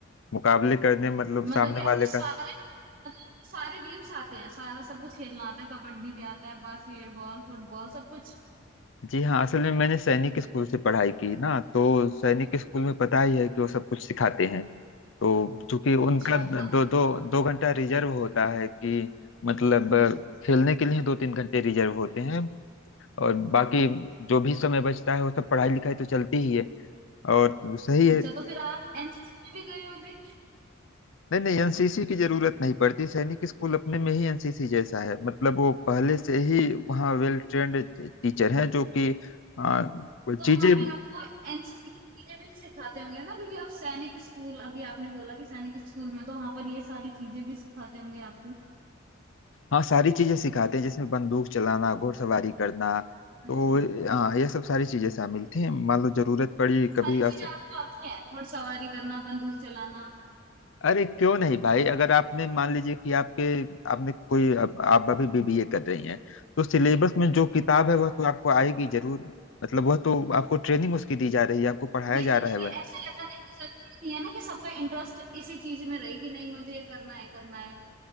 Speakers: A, on the left; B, on the right.
A: मुकाबले करने मतलब
B: मतलब
A: सामने
B: कि
A: वाले
B: आपको सारे
A: का
B: मतलब आपको सारे गेम्स आते हैं सारा सब कुछ खेलना आता है कबड्डी भी आता है बास्केटबॉल फुटबॉल सब कुछ
A: जी हाँ असल में मैंने सैनिक स्कूल से पढ़ाई की ना तो सैनिक स्कूल में पता ही है कि वो सब कुछ सिखाते हैं तो चूंकि उनका
B: अच्छा का,
A: दो दो दो घंटा रिजर्व होता है कि मतलब खेलने के लिए दो तीन घंटे रिजर्व होते हैं और बाकी जो भी समय बचता है वो सब पढ़ाई लिखाई तो चलती ही है और सही है
B: अच्छा तो फिर आप एनसीसी में भी गए होगे
A: नहीं नहीं एनसीसी की जरूरत नहीं पड़ती सैनिक स्कूल अपने में ही एनसीसी जैसा है मतलब वो पहले से ही वहाँ वेल ट्रेंड टीचर हैं जो कि अ,
B: तो
A: चीजें
B: वहां पे आपको एनसीसी की चीजें भी तो सिखाते होंगे ना क्योंकि आप सैनिक स्कूल अभी आपने बोला कि सैनिक स्कूल में तो वहां पर ये सारी चीजें भी सिखाते होंगे आपको
A: हाँ सारी चीजें सिखाते हैं जिसमें बंदूक चलाना घुड़सवारी करना
B: अच्छा
A: तो हाँ ये सब सारी चीजें शामिल थी मान लो जरूरत पड़ी
B: तो ये सारी
A: कभी अवसर
B: चीजें आपको आती हैं घुड़सवारी करना बंदूक चलाना
A: अरे क्यों नहीं भाई अगर आपने मान लीजिए कि आपके आपने कोई अब आप अभी बीबीए कर रही हैं तो सिलेबस में जो किताब है
B: हाँ
A: वह तो आपको आएगी जरूर मतलब वह तो आपको ट्रेनिंग उसकी दी जा रही है आपको पढ़ाया
B: नहीं
A: जा
B: मतलब
A: रहा है
B: कि
A: वह
B: ऐसा रहता है ना कि जरूरी नहीं है ना कि सबका इंटरेस्ट इसी चीज में रहे कि नहीं मुझे ये करना है करना है